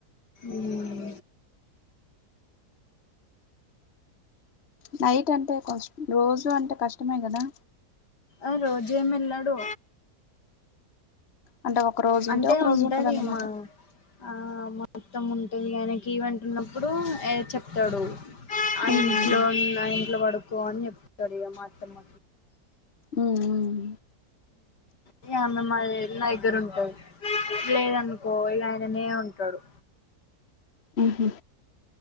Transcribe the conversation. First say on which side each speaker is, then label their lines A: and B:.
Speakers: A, on the left (about 80°); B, on the left (about 40°).
A: ఉమ్
B: నైట్ అంటే కొంచం రోజు అంటే కష్టమే కదా
A: ఆ రోజు ఎమ్ ఎళ్ళడు
B: అంటే ఒక రోజు
A: అంటే
B: ఉంటే ఒక
A: ఉంటది
B: రోజు ఉంటదన్నమాట
A: మా ఆ మొత్తం ఉంటది కాని ఆయనకి ఈవెంట్ ఉన్నప్పుడు ఎ చెప్తాడు ఆ
B: ఉహు
A: ఇంట్లో ఆ ఇంట్లో పడుకో అని చెప్తాడు మా అత్తమ్మ
B: ఉమ్ ఉమ్
A: హు ఆమె మాది నా దగ్గర ఉంటుది లేదనుకో ఇగ ఆయననే ఉంటాడు
B: ఉహు